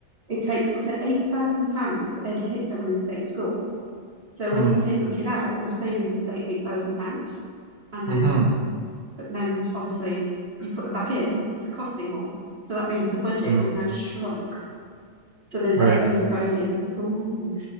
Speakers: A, on the right; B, on the right.
A: it takes what's it eight thousand pounds to educate someone in state school so when
B: Hmm.
A: you take your kid out, you're saving the state eight thousand pounds, and then
B: Mm-hmm.
A: but then obviously you put them back in, it's costing more. So that means the budget
B: Mm.
A: is now shrunk. So there's
B: Right.
A: like overcrowding in schools, and